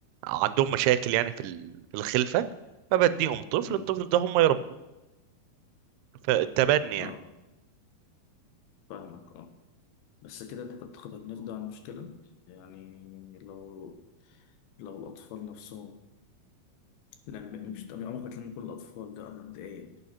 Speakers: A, on the right; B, on the left.
A: عندهم مشاكل يعني في ال- في الخلفه فبديهم طفل
B: أمم.
A: الطفل ده هم يربوه فالتبني
B: اه
A: يعني
B: فاهمك اه بس كده أنت تعتقد هنقضي على المشكلة يعني لو لو الأطفال نفسهم لما مش طبيعي عمرك ما تلم كل الأطفال ده مبدئيا